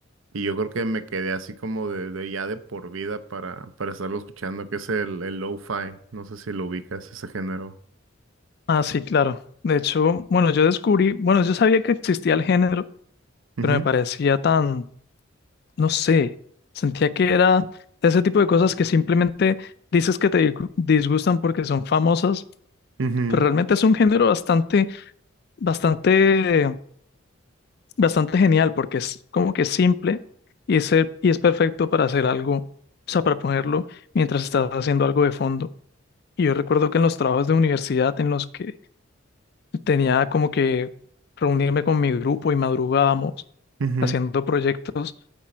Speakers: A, on the right; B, on the left.
A: y yo creo que me quedé así como de, de ya de por vida para, para estarlo escuchando, que es el, el lo-fi. No sé si lo ubicas, ese género.
B: Ah, sí, claro. De hecho, bueno, yo descubrí, bueno, yo sabía que existía el género
A: Ujú,
B: pero me parecía tan, no sé, sentía que era ese tipo de cosas que simplemente dices que te disgu- disgustan porque son famosas,
A: ujú,
B: pero realmente es un género bastante, bastante, bastante genial porque es como que simple y es, e- y es perfecto para hacer algo, o sea, para ponerlo mientras estás haciendo algo de fondo. Y yo recuerdo que en los trabajos de universidad en los que tenía como que reunirme con mi grupo y madrugábamos
A: ujú.
B: haciendo proyectos,